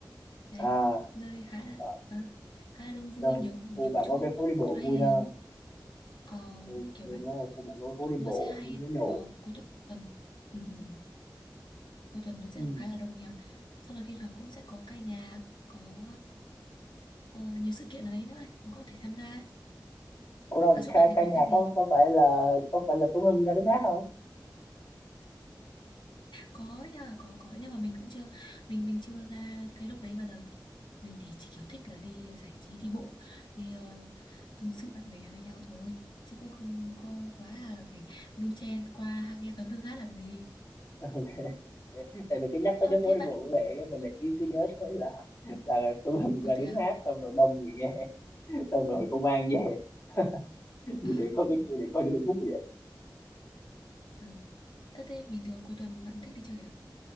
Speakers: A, on the left (about 85°); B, on the left (about 50°).
A: đấy
B: à,
A: nơi khá là
B: à
A: à, khá là đông vui
B: rồi,
A: nhiều nhiều
B: khu bạn
A: chỗ
B: có cái phố đi bộ
A: chỗ đây
B: vui
A: thì
B: ha
A: ờ,
B: rồi,
A: kiểu
B: rồi
A: vậy
B: nó ở khu bản có phố đi
A: nó
B: bộ
A: sẽ hay
B: mình nó nhậu
A: vào cuối tuần ừ, ừ, ừ. cuối tuần nó sẽ
B: ừ.
A: khá là đông nha sau đó thi thoảng cũng sẽ có ca nhạc có ờ, nhiều sự kiện ở đấy nữa ấy, mình có thể tham gia
B: Ủa rồi
A: ở chỗ
B: ca,
A: bạn này
B: ca
A: có
B: nhạc
A: cái gì
B: có có phải là có phải là Tuấn Hưng ra đứng hát không?
A: có nha có có nhưng mà mình cũng chưa mình mình chưa ra cái lúc đấy bao giờ mình thì chỉ kiểu thích là đi giải trí đi bộ đi ờ, tâm sự bạn bè với nhau thôi chứ cũng không có quá là phải đu chen qua nghe tấn đương hát làm gì
B: <laughs> ok Tại vì cái nhắc tới
A: ơ
B: cái phố
A: thế
B: đi
A: bạn
B: bộ với mẹ cái mình là cứ cứ nhớ tới là là Tuấn Hưng
A: ơ
B: ra
A: thế
B: đứng
A: à
B: hát xong rồi đông người nghe xong rồi công an về <laughs>
A: à
B: về có cái kia thì có Facebook vậy.
A: ừ. Ơ, thế bình thường cuối tuần bạn thích đi chơi ở đâu